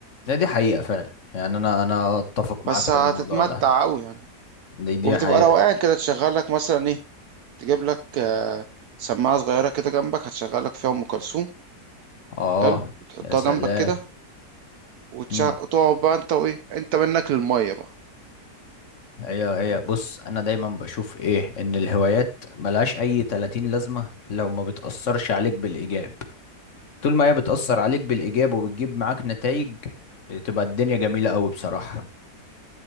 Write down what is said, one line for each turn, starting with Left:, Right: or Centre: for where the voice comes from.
Left: ده دي حقيقة فعلا يعني انا انا اتفق
Right: بس
Left: معاك في
Right: هتتمتع
Left: الموضوع ده
Right: قوي يعني
Left: دي دي
Right: وبتبقى
Left: حقيقة
Right: روقان كده تشغل لك مثلا ايه تجيب لك آه، سماعة صغيرة كده جنبك هتشغل لك فيها ام كلثوم
Left: اه
Right: حلو وتحطها
Left: يا سلام
Right: جنبك كده وتشع...
Left: امم
Right: وتقعد بقى انت وايه انت منك للمية بقى
Left: هي هي بص انا دايما بشوف ايه ان الهوايات ملهاش اي 30 لازمة لو ما بتأثرش عليك بالإيجاب طول ما هي بتأثر عليك بالإيجاب وبتجيب معاك نتائج بتبقى الدنيا جميلة قوي بصراحة